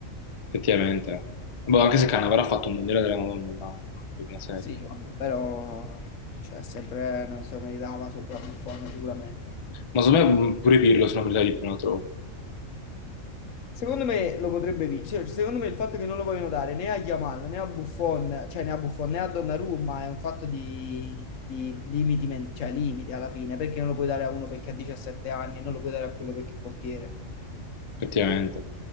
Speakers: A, on the left (about 35°); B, on the left (about 75°).
A: effettivamente. Boh, anche se Cannavaro ha fatto un mondiale della Madonna ma nel 2006.
B: Sì, vabbè, però cioè, sempre non si meritava sopra Buffon sicuramente.
A: Ma secondo me mm, pure Pirlo sono priorità di più, lo trovo,
B: Secondo me lo potrebbe vincere. secondo me il fatto che non lo vogliono dare né a Yamal né a Buffon, cioè né a Buffon né a Donnarumma è un fatto di, di limiti, men- cioè limiti alla fine, perché non lo puoi dare a uno perché ha 17 anni e non lo puoi dare a quello perché è portiere.
A: effettivamente.